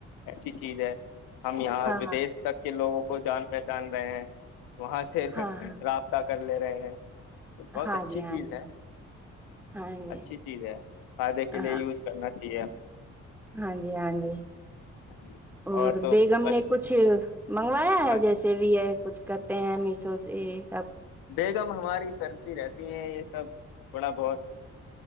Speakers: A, on the left (about 80°); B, in the centre.
A: ایسی چیز ہے ہم یہاں
B: ہاں
A: ودیش تک کے لوگوں کو کو جان پہچان رہے ہیں وہاں سے
B: ہاں ہاں
A: رابطہ کر لے رہے ہیں تو بہت
B: ہاں
A: اچھی
B: جی
A: چیز
B: ہاں جی
A: ہے
B: ہاں جی
A: اچھی چیز ہے فائدے کے
B: ہاں
A: لیے یوز کرنا چاہیے ہمیں
B: ہاں جی ہاں جی
A: ہمیں
B: اور
A: تو
B: بیگم
A: بس
B: نے کچھ منگوایا ہے
A: ہاں
B: جیسے بھی ہے کچھ کرتے ہیں میشو سے ایک
A: بیگم ہماری کرتی رہتی ہیں یہ سب تھوڑا بہت